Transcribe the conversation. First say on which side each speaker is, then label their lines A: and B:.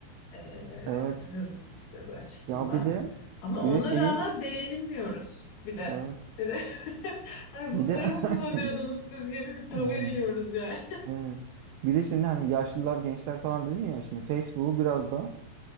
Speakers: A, on the left; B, on the right.
A: e,
B: Evet.
A: hız açısından.
B: Ya bir de
A: Ama
B: bir
A: ona
B: de şeyi
A: rağmen beğenilmiyoruz bir de.
B: evet.
A: Bir de <laughs> ay bunları
B: Bir de <laughs>
A: mı kullanıyordunuz siz gibi bir tavır
B: Hı,
A: yiyoruz yani.
B: evet. Bir de şimdi hani yaşlılar, gençler falan dedin ya şimdi Facebook'u biraz da